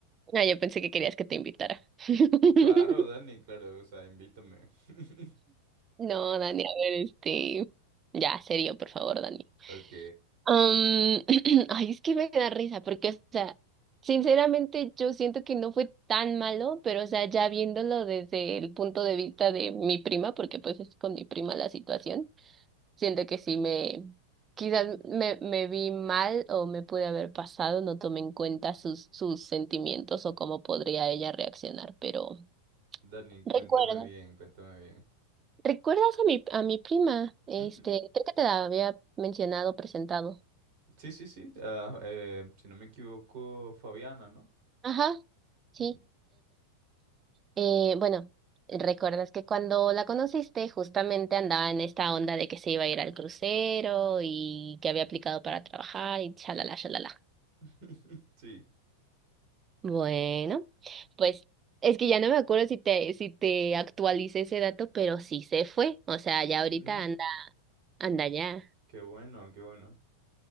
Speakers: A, on the right; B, on the right.
A: Ah, yo pensé que querías que te invitara. <laughs>
B: Claro, Dani, claro, o sea, invítame. <laughs>
A: No, Dani, a ver, este, ya, serio, por favor, Dani.
B: Ok,
A: Um, <clears throat> ay, es que me da risa, porque, o sea, sinceramente yo siento que no fue tan malo, pero, o sea, ya viéndolo desde el punto de vista de mi prima, porque pues es con mi prima la situación, siento que sí me, quizás me, me vi mal o me pude haber pasado, no tomé en cuenta sus, sus sentimientos o cómo podría ella reaccionar, pero
B: Dani,
A: recuerda,
B: cuéntame bien, cuéntame bien.
A: ¿recuerdas a mi, a mi prima? Este,
B: Ujú.
A: creo que te la había mencionado, presentado.
B: Sí, sí, sí. ah, eh, si no me equivoco, Fabiana, ¿no?
A: Ajá, sí.
B: Ujú.
A: Eh, bueno, recuerdas que cuando la conociste justamente andaba en esta onda de que se iba a ir al crucero y que había aplicado para trabajar y chalala, chalala.
B: <laughs> Sí.
A: Bueno, pues es que ya no me acuerdo si te, si te actualicé ese dato, pero sí se fue. O sea, ya ahorita
B: Mm,
A: anda, anda ya.
B: Qué bueno, qué bueno.